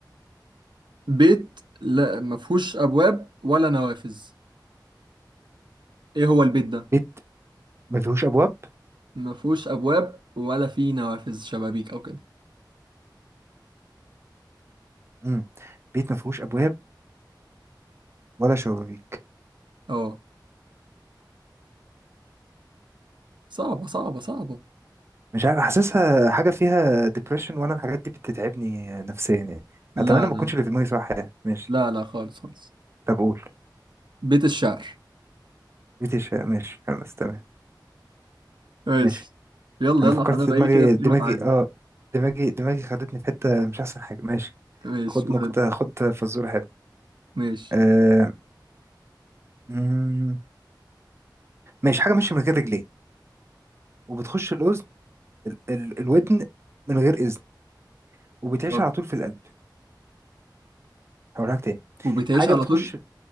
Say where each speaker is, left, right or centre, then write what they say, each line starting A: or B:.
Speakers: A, on the right; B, on the right.
A: بيت لا ما فيهوش ابواب ولا نوافذ ايه هو البيت ده
B: بيت ما فيهوش ابواب
A: ما فيهوش ابواب ولا فيه نوافذ شبابيك او كده
B: مم. بيت ما فيهوش ابواب ولا شبابيك
A: اه صعبة صعبة صعبة
B: مش عارف حاسسها حاجة فيها ديبريشن وانا الحاجات دي بتتعبني نفسيا يعني
A: لا
B: اتمنى ما
A: لا
B: اكونش اللي في دماغي صح يعني ماشي
A: لا لا خالص خالص
B: طب قول
A: بيت الشعر
B: بيت الشعر ماشي خلاص تمام
A: ماشي
B: ماشي
A: يلا
B: انا
A: يلا
B: فكرت
A: عشان انا
B: في
A: بقالي
B: دماغي
A: كده اتنين
B: دماغي
A: واتعادل
B: اه دماغي دماغي خدتني في حتة مش احسن حاجة ماشي
A: ماشي
B: خد
A: قول
B: نكتة
A: انت.
B: خد فزورة حلوة
A: ماشي
B: آه مم، ماشي حاجة ماشية من غير رجلين وبتخش الأذن ال ال الودن من غير إذن وبتعيش
A: اه
B: على طول في القلب هقولها لك تاني
A: وبتعيش
B: حاجة
A: على
B: بتخش
A: طول